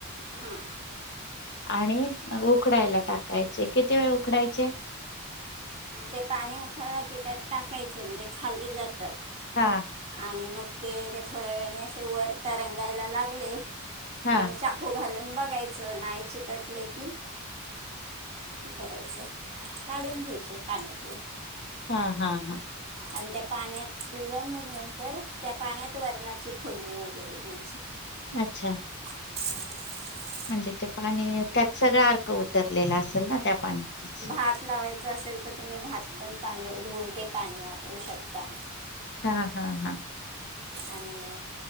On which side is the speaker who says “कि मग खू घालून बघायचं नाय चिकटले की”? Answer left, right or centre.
Right